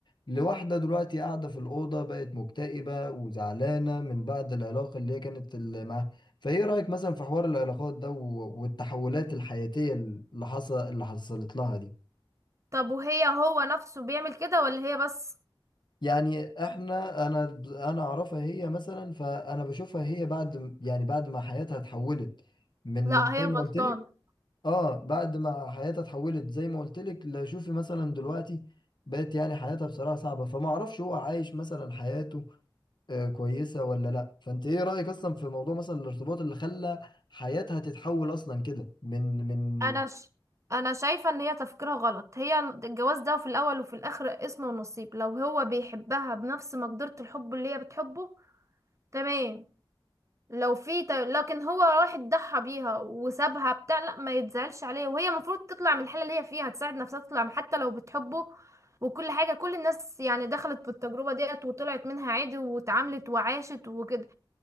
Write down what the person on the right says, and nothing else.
طب وهي هو نفسه بيعمل كده ولا هي بس
لا
هي الغلطانة
انا ش... انا شايفه ان هي تفكيرها غلط هي الجواز ده في الاول وفي الاخر اسم ونصيب لو هو بيحبها بنفس مقدرة الحب اللي هي بتحبه تمام لو في ت... لكن هو واحد ضحى بيها وسابها بتاع لا ما يتزعلش عليها وهي المفروض تطلع من الحالة اللي هي فيها تساعد نفسها تطلع من- حتى لو بتحبه وكل حاجة كل الناس يعني دخلت في التجربة ديت وطلعت منها عادي واتعاملت وعاشت وكده